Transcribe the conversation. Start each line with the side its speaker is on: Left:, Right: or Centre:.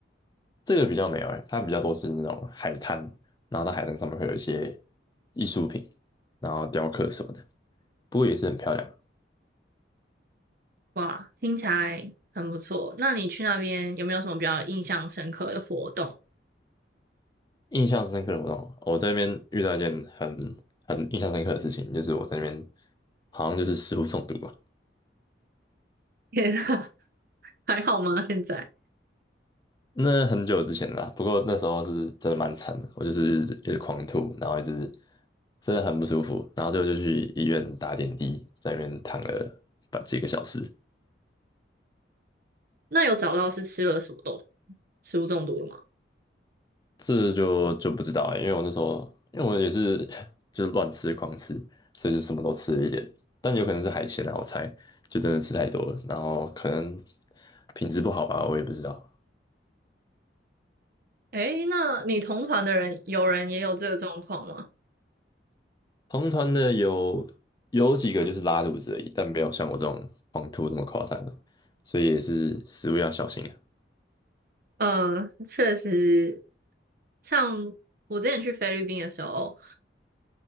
Left: 这个比较没有哎、它比较多是那种海滩，然后到海滩上面会有一些艺术品，然后雕刻什么的，不过也是很漂亮。
Right: 哇，听起来很不错。那你去那边有没有什么比较印象深刻的活动？
Left: 印象深刻的活动，我这边遇到一件很很印象深刻的事情，就是我在那边好像就是食物中毒吧，
Right: <laughs> 天啊还好吗？现在？
Left: 那很久之前了啦，不过那时候是真的蛮惨的，我就是一直狂吐，然后一直真的很不舒服，然后最后就去医院打点滴，在那边躺了把几个小时，
Right: 那有找到是吃了什么东食物中毒了吗？
Left: 这就就不知道、欸，因为我那时候因为我也是 <laughs> 就是乱吃狂吃，所以就什么都吃了一点，但有可能是海鲜啊，我猜就真的吃太多了，然后可能品质不好吧，我也不知道，
Right: 诶，那你同团的人有人也有这个状况吗？
Left: 同团的有有几个就是拉肚子而已，但没有像我这种狂吐这么夸张的，所以也是食物要小心啊。
Right: 嗯，确实，像我之前去菲律宾的时候。